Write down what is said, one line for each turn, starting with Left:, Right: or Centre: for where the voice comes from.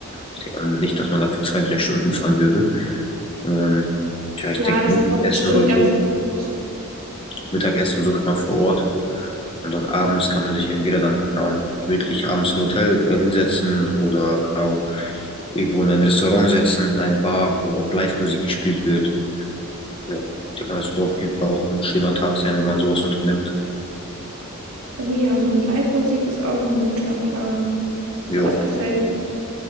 Left: ich denke nicht, dass man da für zwei, drei Stunden hinfahren würde. Ähm, ja, ich
Right: Ja,
Left: denke,
Right: das
Left: Mittagessen
Right: kommt bestimmt
Left: oder
Right: ganz
Left: so.
Right: gut.
Left: Mittagessen, so kann man vor Ort Und dann abends kann man sich entweder dann keine Ahnung, gemütlich abends im Hotel äh, hinsetzen oder keine Ahnung, irgendwo in ein Restaurant setzen, in eine Bar, wo auch Live-Musik gespielt wird. Ja, ich denke mal, das wird auf jeden Fall auch ein schöner Tag sein, wenn man sowas unternimmt.
Right: Oh ja, so mit Live-Musik ist auch ein guter Plan.
Left: Ja,
Right: Das gefällt